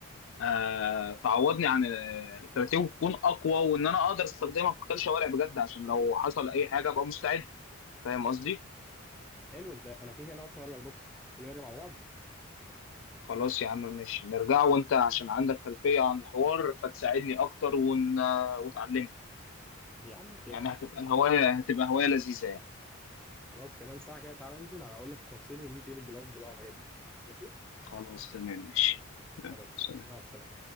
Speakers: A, on the left; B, in the centre.
A: آه تعوضني عن الكاراتيه وتكون اقوى وان انا اقدر استخدمها في قتال شوارع بجد عشان لو حصل اي حاجه ابقى مستعد فاهم قصدي
B: حلو ده انا كده كده انا اصلا ارجع البوكس تيجي نرجع مع بعض
A: خلاص يا عم ماشي نرجع وانت عشان عندك خلفيه عن الحوار فتساعدني اكتر ون... وتعلمني
B: يا عم ما تقلقش
A: يعني هتبقى هوايه هتبقى هوايه لذيذه يعني
B: خلاص كمان ساعة كده تعالى انزل هقول لك التفصيل وبننتقل الجلوفز بقى والحاجات دي ماشي
A: خلاص تمام ماشي يلا،
B: خلاص
A: سلام
B: ماشي مع السلامة